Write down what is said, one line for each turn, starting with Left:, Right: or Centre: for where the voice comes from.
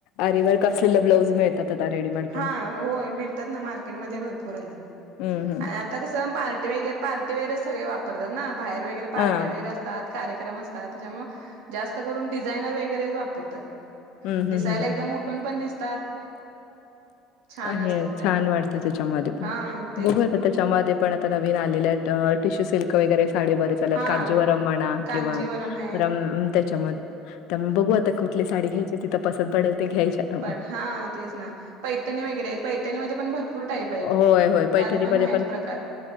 Left: आरीवर्क असलेला ब्लाऊज मिळतात आता, रेडीमेड
Right: हा
Left: पण.
Right: होय मिळतात ना मार्केटमध्ये भरपूर आलेत.
Left: हं, हं.
Right: आता कसं पार्टी वगैर पार्टीे वेअरच सगळे वापरतात ना, बाहेर वगैरे पार्ट्या
Left: हां.
Right: वगैरे अस तात कार्यक्रम असतात, त्याच्यामुळं जास्त करून डिझायनर वगैरेच वापरतात.
Left: हं, हं,
Right: दिसायला
Left: हं.
Right: एकदम उठून पण दिसतात, छान
Left: आणि
Right: असतात त्या
Left: छान
Right: पण
Left: वाटतं त्याच्यामध्ये पण,
Right: हा तेच
Left: बघू
Right: ना
Left: आता त्याच्यामध्ये पण, आता नवीन आलेले आहेत ट टिशू सिल्क वगैरे साडी बरेच आल्यात,
Right: हा
Left: कांजीवरम म्हणा
Right: कांजीवरम
Left: किंवा
Right: आहे
Left: रम त्याच्यामध् तम बघू आता कुठली साडी घ्यायची, तिथं पसंत पडेल ते घ्यायची आता
Right: पण
Left: मग
Right: हा, तेच ना पैठणी वगैरे आहेत. पैठणीमध्ये पण भरपूर टाईप आहेत,
Left: होय, होय. पैठणीमध्ये
Right: त्यात पण आहेत प्रकार